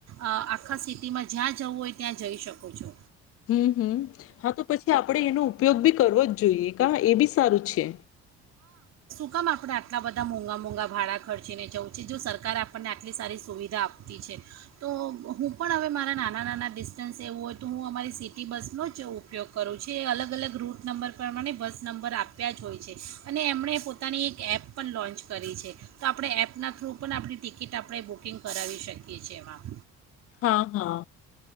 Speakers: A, on the right; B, on the left.
A: આ આખા સિટીમાં જ્યાં જવું હોય ત્યાં જઈ શકો છો.
B: હમ્મ હમ્મ હા તો પછી આપડણે એનો ઉપયોગ બી કરવો જ જોઈએ કા એ બી સારું છે.
A: હું કામ આપણે આટલા બધા મોંઘા મોંઘા ભાડાં ખર્ચીને જવુ છે જો સરકારે આપણને આટલી સારી સુવિધા આપતી છે તો હું પણ હવે મારા નાના નાના ડિસ્ટન્સ એવું હોય તો હું અમારી સિટી બસનો જ ઉપયોગ કરું છું એ અલગ અલગ રૂટ નંબર પ્રમાણે બસ નંબર આપ આપ્યા જ હોય છે અને એમણે પોતાની એક એપ પણ લોન્ચ કરી છે તો આપણે એપના થ્રુ પણ આપણી ટિકિટ આપણે બુકિંગ કરાવી શકીએ છીએ એમાં
B: હા હા